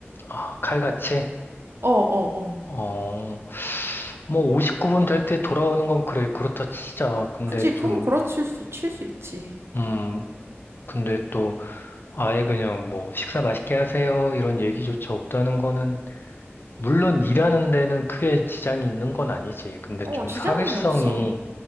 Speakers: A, on the left (about 50°); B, on the right (about 65°).
A: 아, 칼같이?
B: 어, 어, 어.
A: 어, 뭐 59분 될 때 돌아오는 건 그래. 그렇다 치자. 근데
B: 굳이
A: 좀
B: 그건 그렇칠 수, 칠 수 있지.
A: 음, 근데 또 아예 그냥 뭐 식사 맛있게 하세요 이런 얘기조차 없다는 거는 물론 일하는 데는 크게 지장이 있는 건 아니지. 근데
B: 어,
A: 좀
B: 지장은
A: 사회성이
B: 없어.